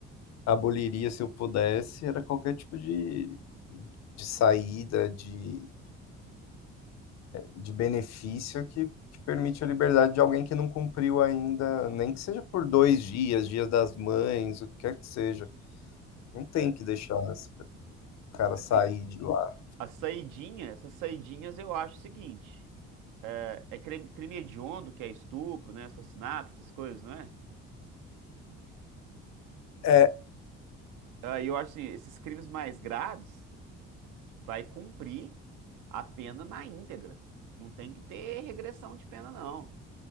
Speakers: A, on the left; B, on the right.
A: aboliria se eu pudesse era qualquer tipo de, de saída, de, de benefício que, que permite a liberdade de alguém que não cumpriu ainda, nem que seja por dois dias, dias das mães, o que quer que seja. Não tem
B: É,
A: que deixar esse cara sair
B: assim,
A: de lá.
B: a saidinha, essas saidinhas eu acho o seguinte, é é crime, crime hediondo, que é estupro, né? Assassinato, essas coisas, não é?
A: É,
B: Ah, E eu acho assim, esses crimes mais graves vai cumprir a pena na íntegra. Não tem que ter regressão de pena, não.